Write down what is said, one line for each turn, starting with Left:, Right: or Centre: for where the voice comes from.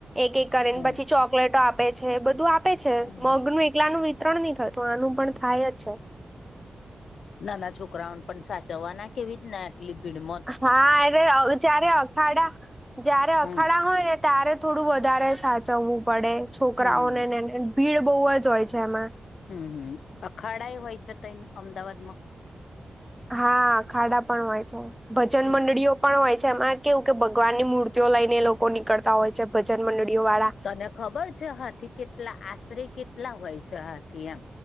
Centre: એક એક કરીને
Left: હમ
Centre: પછી ચોકલેટો આપે છે બધું આપે છે
Left: હમ
Centre: મગ નું એક એકલાનું વિતરણ નહી થતું આનું પણ થાય જ છે.
Left: નાના છોકરાઓને પણ સાચવવા ના કેવી રીત ના એટલી ભીડમ
Centre: હા અરેચારે અખાડા જયારે અખાડા
Left: હમ
Centre: હોય ને ત્યારે થોડું વધારે સાચવવું પડે છોકરાઓને
Left: હમ
Centre: ને. ભીડ બહુ જ હોય છે એમાં.
Left: હમ્મ હમ્મ અખાડા એ હોય છે ત અમદાવાદમાં.
Centre: હા ખાડા પણ હોય છે ભજન
Left: હમ
Centre: મંડળીઓ. પણ હોય છે એમાં કેવું કે ભગવાન ની મૂર્તિઓ લઈને લોકો નીકળતા હોય છે ભજન મંડળીઓ વાળા.
Left: અને ખબર છે હાથી કેટલા આશરે કેટલા હોય છે હાથી એમ.